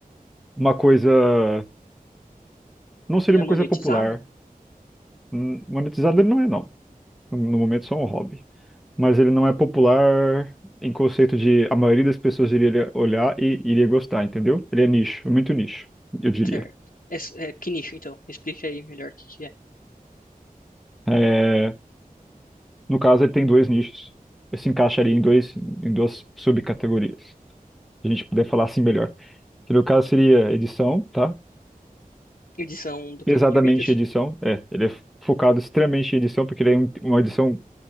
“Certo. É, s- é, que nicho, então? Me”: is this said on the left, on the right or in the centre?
Left